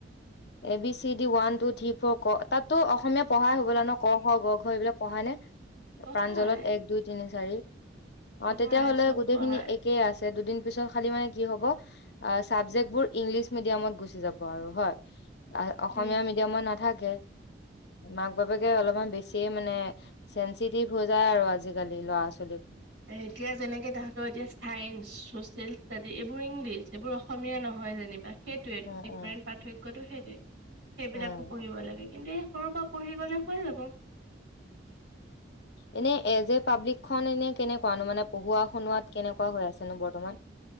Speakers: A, on the left; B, on the right.
A: A B C D one two three four ক তাতো অসমীয়া পঢ়াই হ'বলা ন ক খ গ ঘৰ এইবিলাক পঢ়াই নে
B: পঢ়ায়
A: প্ৰাঞ্জলত এক দুই তিনি চাৰি
B: পঢ়ায়
A: অ তেতিয়া হলে
B: চব
A: গোটেই
B: পঢ়ায়
A: খিনি একেই আছে দুদিন পিছত খালি মানে কি হব অ চাবজেক বোৰ ইংলিছ মিডিয়ামত গুচি যাব আৰু হয় অসমীয়া
B: সেইটোৱে।
A: মিডিয়ামত নাথাকে মাক বাপেকে অলপমান বেছিয়ে মানে চেন্সিটিভ হৈ যায় আৰু আজি আজিকালি ল'ৰা চো
B: এ এতিয়া যেনেকে তাহা ত এতিয়া চাইন্ঞ্চ চচিয়েল ষ্টাডি এইবোৰ ইংলিছ এইবোৰ অসমীয়া নহয় যেনিবা সেইটোয়ে
A: উম
B: ডিফাৰেণ্ট
A: উম
B: পাৰ্থক্যতটো সেই তে সেইবিলাকো
A: উম
B: পঢ়িব লাগে কিন্তু সৰুৰ পৰা পঢ়ি গলে হৈ যাব
A: এনে এ জে পাব্লিক খন এনে কেনেকুৱানো মানে পঢ়োৱা শুনোৱাত কেনেকুৱা হৈ আছেনো বৰ্তমান